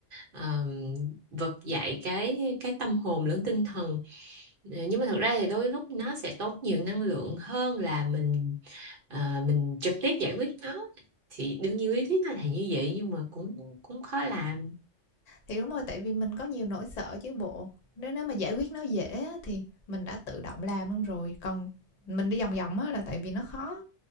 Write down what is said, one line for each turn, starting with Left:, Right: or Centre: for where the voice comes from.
Right: ờm, vực dậy cái cái tâm hồn lẫn tinh thần Ờ, nhưng mà thật ra thì đôi lúc nó sẽ tốn nhiều năng lượng hơn là mình ờ, mình trực tiếp giải quyết nó thì đương nhiên lý thuyết nó là như vậy nhưng mà cũng cũng khó làm
Left: thì đúng rồi tại vì mình có nhiều nỗi sợ chứ bộ nếu nếu mà giải quyết nó dễ thì mình đã tự động làm luôn rồi còn mình đi vòng vòng á là tại vì nó khó